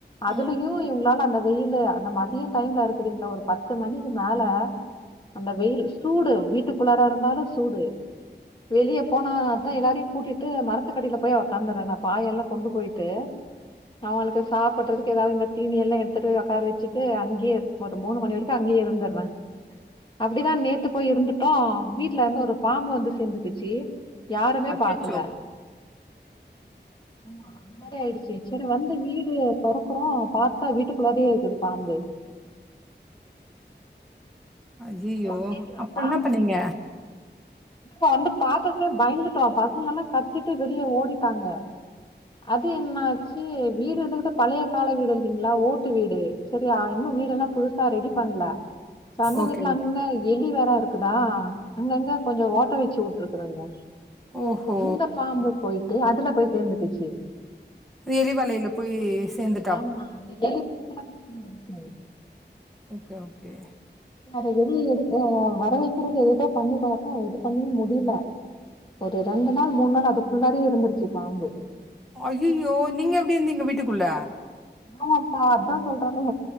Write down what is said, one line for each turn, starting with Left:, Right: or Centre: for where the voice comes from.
Left: அதுலயு
Centre: ம்
Left: இவுங்களால அந்த வெயிலு அந்த மதிய டைம்ல இருக்குறீங்ள ஒரு பத்து பத்து மணிக்கு மேல அந்த வெயில் சூடு வீட்டுக்குள்ளார இருந்தாலு சூடு வெளிய போனா அத்தா எல்லாரயு கூட்டிட்டு மரத்துக்கடியில போய் உக்காந்தறே நா பாயெல்லா கொண்டு போய்ட்டு ஆளுக்கு சாப்பட்றதுக்கு ஏதாவது இந்த தீனிய எல்லா எடுத்துட்டு ஒக்கார வெச்சுட்டு அங்யே மொத்தோ மூணு மணி வரை இப்ப அங்கயே இருந்தர்ர அப்டிதா நேத்து போய் இருந்துட்டோ வீட்ல இருந்து ஒரு பாம்பு வந்து சேந்துக்குச்சு யாருமே
Centre: அச்சோ
Left: பாக்கல ஆமா அந்த மாரி ஆயிடுச்சு சரி வந்து வீடு தொறக்கறோ பாத்தா வீட்டுக்குள்ளாரயே இருக்குது பாம்பு
Centre: அய்யய்யோ
Left: ஹலோ கேக்குதாப்பா
Centre: அப்ரோ என்ன பண்ணீங்க
Left: வந்து பாத்துட்டு பய்ந்துட்டோ பசங்க எல்லா கத்திட்டு வெளிய ஓடிட்டாங்க அது என்னாச்சு வீடு இருந்துகுட்டு பழைய கால வீடு இருக்லீங்களா ஓட்டு வீடு சேரி அந்த வீடெல்லா புதுசா ரெடி பண்ல சொந்த
Centre: ஓகே
Left: வீட்ல அங்க
Centre: ஓகே
Left: எலி வேற இருக்குதா அங்கங்க கொஞ்சோ ஓட்ட வெச்சு உட்ருக்குதுங்க
Centre: ஓஹோ
Left: இந்த பாம்பு போய்ட்டு அதுல போய் சேந்துகுச்சு
Centre: கீறி வலைல போய் சேந்துட்
Left: ஆமா அந்த எலி பொந்துல போய் சேந்துருச்சு
Centre: ஓகே ஓகே
Left: அத வெளிய எடு அ வர வெக்கறக்கு ஏதெதோ பண்ணி பாத்தோ எது பண்ணியு முடில ஒரு ரெண்டு நாள் மூணு நாள் அதுக்குள்ளாரயே இருந்துருச்சு பாம்பு
Centre: அய்யோயோ நீங்க எப்டி இருந்தீங்க வீட்டுக்குள்ள
Left: ஆ அப்பா அதா சொல்றனே